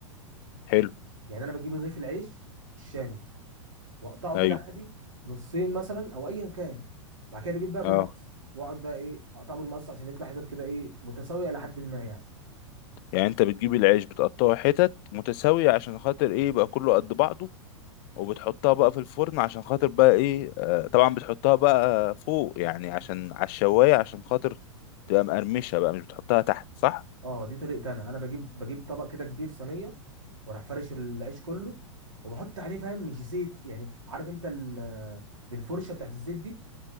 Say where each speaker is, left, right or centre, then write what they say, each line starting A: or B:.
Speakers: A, on the left; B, on the right.
A: حلو
B: يعني انا بجيب رغيف العيش الشامي واقطعه
A: ايوه
B: كده عادي نصين مثلا او ايا كان بعد كده بجيب بقى
A: اه
B: بالمقص واقعد بقى ايه اقطعه بالمقص عشان يطلع حتت كده ايه متساويه الى حد ما يعني
A: يعني انت بتجيب العيش بتقطعه حتت متساوية عشان خاطر ايه يبقى كله قد بعضه وبتحطها بقى في الفرن عشان خاطر بقى ايه آه طبعا بتحطها بقى فوق يعني عشان على الشواية عشان خاطر تبقى مقرمشة بقى مش بتحطها تحت صح؟
B: اه دي طريقتي انا انا بجيب بجيب طبق كده كبير صينيه واروح فرش العيش كله وبحط عليه فاهم مش زيت يعني عارف انت ال- بالفرشه بتاعت الزيت دي